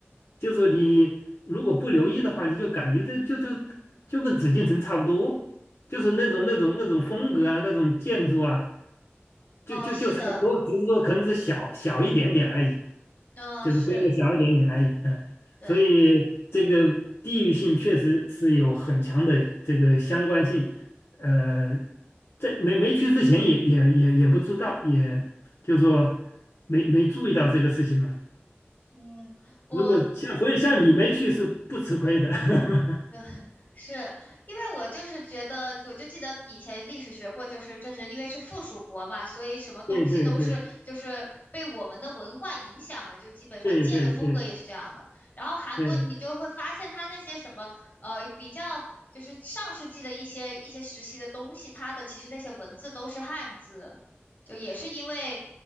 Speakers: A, on the left; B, on the left.
A: 就是你如果不留意的话，你就感觉这就就就跟紫禁城差不多，就是那种那种那种风格啊，那种建筑啊。
B: 哦，
A: 就就就差不多，
B: 是的，
A: 只是说可能是小小一点点而已，
B: 嗯，
A: 就是规模小一点点而已。
B: 是，
A: 嗯，
B: 对，
A: 所以这个地域性确实是有很强的这个相关性。呃，在没没去之前也也也也不知道，也就是说没没注意到这个事情嘛。
B: 嗯，我
A: 如果像所以像你没去是不吃亏的。<laughs>
B: 呃，<laughs> 是因为我就是觉得，我就记得以前历史学过，就是这是因为是附属国嘛，所以什么东西都是就是被我们的文化影响的，
A: 对对对
B: 就基本上建的风格也是这样的。
A: 对对对对
B: 然后韩国你就会发现它那些什么呃比较就是上世纪的一些一些时期的东西，
A: 对
B: 它的其实那些文字都是汉字，就也是因为